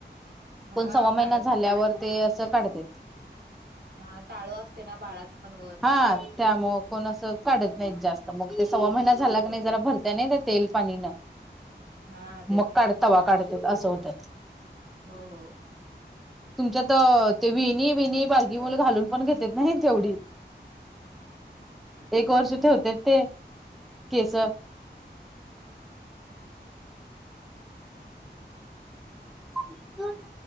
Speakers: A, on the right; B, in the centre.
A: हा
B: पण सव्वा महिना
A: काढत
B: झाल्यावर
A: नाही कारण
B: ते, असं काढतेत.
A: हा टाळू असते ना, बाळाचं पण वर.
B: हा, त्यामुळे कोण अस काढत नाही, जास्त. मग ते सव्वा महिना झाला
A: हो
B: क नाही जरा
A: तेच
B: भर त्याने त्या तेल पाणीन
A: हा तेच
B: मग काढ तवा काढत असं होतं
A: हो हो
B: तुमच्यात ते विणी विणी बारकीी मुलं घालून पण घेतेत नाही तेवढी एक वर्ष ते होते ते केस का दोन